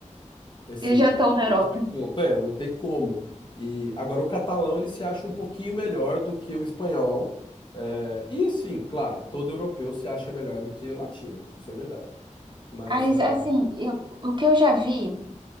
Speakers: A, on the left; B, on the right.
A: esse,
B: Eles já estão na Europa.
A: esse ponto, é, não tem como. E agora o catalão, ele se acha um pouquinho melhor do que o espanhol. é, e sim, claro, todo europeu se acha melhor do que o latino, isso é verdade. Mas
B: Mas,
A: eh,
B: assim, eu- o que eu já vi,